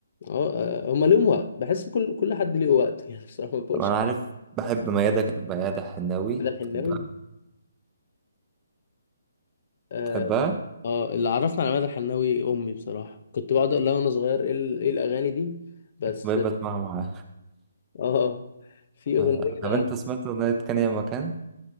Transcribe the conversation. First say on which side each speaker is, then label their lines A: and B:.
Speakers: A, on the left; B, on the right.
A: اه آه، هما ليهم وقت بحس كل كل حد ليه وقت <laughs> يعني بصراحة ما بقولش
B: طب انا عارف بحب ميادة ميادة حناوي
A: ده الحناوي
B: تحبها
A: آه،
B: تحبها
A: اه اللي عرفنا على مدى الحناوي امي بصراحه كنت بقعد اقول لها وانا صغير ايه ال- إيه الاغاني دي بس
B: بحب اسمعها معاها
A: اه اه في اغنيه
B: آه. طب انت سمعت اغنيه كان يا مكان